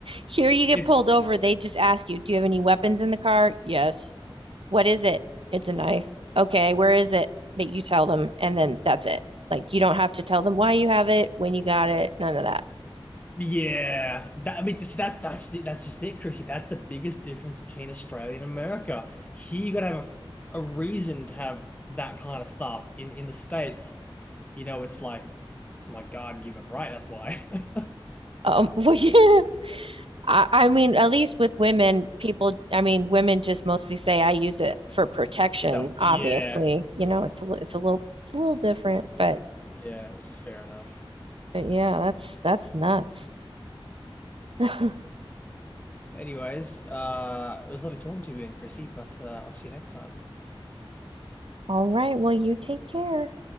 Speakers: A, on the right; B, on the left.
A: Here you get
B: it
A: pulled over. They just ask you, do you have any weapons in the car? Yes. What is it? It's a knife. Okay, where is it? That you tell them, and then that's it. Like you don't have to tell them why you have it, when you got it, none of that.
B: yeah that I mean this, that that's the, that's just it Chrissy that's the biggest difference between Australia and America here you got to have a, a reason to have that kind of stuff in in the States you know it's like it's my God-given right that's why <laughs>
A: Um, <laughs> well, yeah. I, I mean, at least with women, people, I mean, women just mostly say I use it for protection,
B: So, yeah
A: obviously. You know, it's a, li- it's a little it's a little different, but
B: Yeah, which is fair enough.
A: but yeah, that's that's nuts. <laughs>
B: Anyways, uh, it was lovely talking to you again, Chrissy, but uh, I'll see you next time.
A: All right, well, you take care.